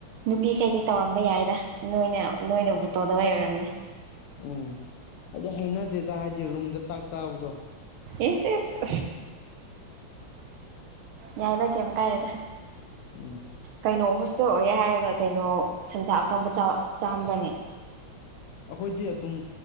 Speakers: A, on the right; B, on the left.
A: ꯅꯨꯄꯤꯈꯩꯗꯤ ꯇꯧꯔꯝꯕ ꯌꯥꯏꯗ ꯅꯣꯏꯅ ꯅꯣꯏꯅꯕꯨ ꯇꯧꯗꯕꯩ ꯑꯣꯏꯔꯝꯅꯤ
B: ꯎꯝ ꯍꯥꯏꯗꯤ ꯍꯩꯅꯗꯦꯗ ꯍꯥꯏꯗꯤ ꯔꯨꯝꯗ ꯆꯥꯛ ꯆꯥꯕꯗꯣ
A: ꯏꯁ ꯏꯁ ꯌꯥꯏꯗ ꯀꯦꯝ ꯀꯥꯏꯗꯦꯗ
B: ꯎꯝ
A: ꯀꯩꯅꯣ ꯍꯣꯁꯇꯦꯜ ꯑꯣꯏꯔꯦ ꯍꯥꯏꯔꯒ ꯀꯩꯅꯣ ꯁꯟꯖꯥ ꯑꯀꯪꯕ ꯆꯥ ꯆꯥꯍꯟꯕꯔꯅꯦ
B: ꯑꯈꯣꯏꯗꯤ ꯑꯗꯨꯝ